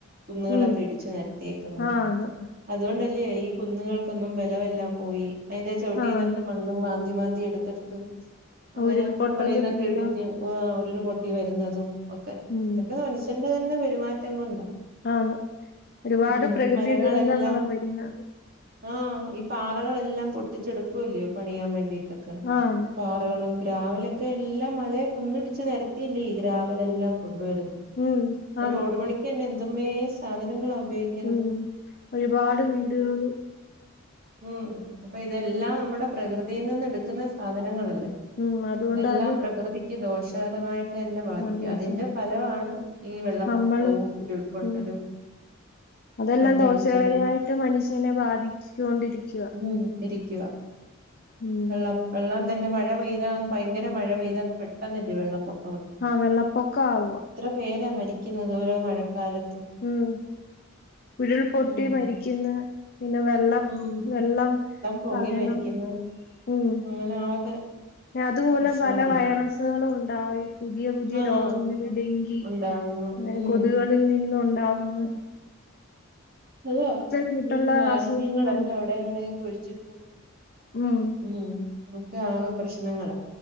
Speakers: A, on the right; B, on the left.
A: കുന്നുകളൊക്കെ
B: ഉം
A: ഇടിച്ച് നടത്തിേക്കുന്നത്
B: ആന്ന്
A: അതുകൊണ്ടല്ലേ ഈ കുന്നുകൾക്കൊന്നും ബലമെല്ലാം പോയി അതിന്റെ ചോട്ടീന്നൊക്കെ
B: ആന്ന്.
A: മണ്ണും മാന്തി മാന്തി എടുത്തെടുത്ത് അങ്ങനെ
B: ഉരുൾപൊട്ടലും
A: മുകളിൽന്നൊക്കെ
B: എല്ലാം
A: ഇടിഞ്ഞു ഉരുള് പൊട്ടി വരുന്നതും ഒക്കെ
B: ഉം.
A: ഇതൊക്കെ മനുഷ്യന്റെ തന്നെ പെരുമാറ്റം കൊണ്ടാ
B: ആന്ന് ഒരുപാട്
A: ഉം
B: പ്രകൃതി
A: മരങ്ങളെല്ലാം
B: ദുരന്തങ്ങളാ വരുന്നത്.
A: ആഹ് ഈ പാറകളെല്ലാം പൊട്ടിച്ചെടുക്കൂകയല്ലയോ പണിയാൻ വേണ്ടിട്ടൊക്കെ
B: ആന്ന്.
A: കറകളും ഗ്രാവിലൊക്കെ എല്ലാം മലെ കുന്നിടിച്ച് നിരത്തിയല്ലേ ഈ ഗ്രാവലെല്ലാം കൊണ്ടുവരന്ന്
B: ഉം. ആണ്.
A: റോഡ് പണിക്ക്ന്നെ എന്ത്മേ സാധനങ്ങള ഉപയോഗിക്ക
B: ഉം ഒരുപാട് വീടുകള്
A: ഉം അപ്പൊ ഇതെല്ലാം നമ്മുടെ പ്രകൃതിയിൽ നിന്ന് എടുക്കുന്ന സാധനങ്ങളല്ലേ
B: ഉം. അതുകൊണ്ട്
A: ഇതെല്ലാം
B: അത്
A: പ്രകൃതിക്ക് ദോഷകരമായിട്ട് തന്നെ ബാധിക്ക
B: ആ ദോഷ
A: അതിന്റെ ഫലമാണ് ഈ വെള്ളപ്പൊക്കവും
B: നമ്മളും
A: ഉരുൾപൊട്ടലും
B: ഉം. അതെല്ലാം
A: മണ്ണിടിച്ചിലും
B: ദോഷകരമായിട്ട് മനുഷ്യനെ ബാധിച്ചുണ്ടിരിക്കുക
A: ഉം ഇരിക്കുക
B: ഉം.
A: വെള്ളം വെള്ളം തന്നെ മഴ പെയ്താ അങ്ങ് ഭയങ്കര മഴ പെയ്താ അങ്ങ് പെട്ടെന്നല്ലേ വെള്ളപ്പൊക്ക
B: ആഹ് വെള്ളപ്പൊക്കാവ
A: എത്ര പേരാ മരിക്കുന്നത് ഓരോ മഴക്കാലത്തും
B: ഉം ഉരുൾപൊട്ടി
A: ഉം
B: മരിക്കുന്നു പിന്നെ വെള്ളം
A: ഉം
B: വെള്ളം
A: പൊങ്ങി
B: കാരണം
A: മരിക്കുന്നു
B: ഉം
A: അങ്ങനെ ആകെ
B: അതുമൂലം
A: പ്രശ്നങ്ങൾ
B: പല വൈറസുകളും ഉണ്ടായി പുതിയ പുതിയ
A: ആഹ്
B: രോഗങ്ങൾ ഡെങ്കി
A: ഉണ്ടാവുന്നു
B: അങ്ങനെ
A: ഉം
B: കൊതുകളിൽ നിന്ന് ഉണ്ടാവുന്ന്
A: അതോ
B: കൂട്ടുള്ള
A: ഇ മാലിന്യങ്ങളൊക്കെ
B: അസുഖങ്ങളല്ല
A: അവിടെ ഇവിടെയും കുഴിച്ചിട്ടും
B: ഉം
A: ഉം ഒക്കെ ആകെ പ്രശ്നങ്ങളാ